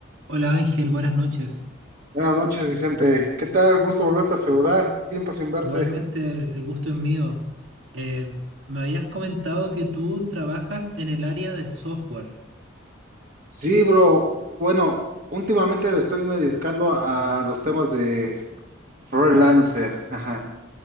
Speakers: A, on the right (about 75°); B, on the right (about 45°).
A: Hola Ángel, buenas noches.
B: Buenas noches, Vicente. ¿Qué tal? Gusto volverte a saludar. Tiempo sin verte.
A: Igualmente el gusto es mío. Eh, me habías comentado que tú trabajas en el área de software.
B: Sí, bro. Bueno, últimamente me estoy dedicando a, a los temas de freelancer. <laughs> Ajá.